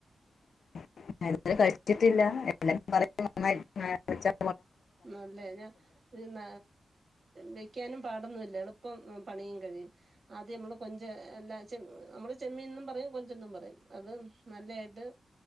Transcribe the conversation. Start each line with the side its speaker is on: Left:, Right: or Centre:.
Left: <unintelligible> എത്തീട്ടില്ല <unintelligible>
Right: മല്ലേ ഞാൻ ന വെക്കാനും പാടൊന്നു ഇ ല്ല എളുപ്പം പണിയും കഴിയും ആദ്യം അമ്മള് കൊഞ്ച് <unintelligible> നമ്മള് ചെമ്മീൻന്നും പറയും കൊഞ്ചന്നും പറയും അത് നല്ലേയിട്ട്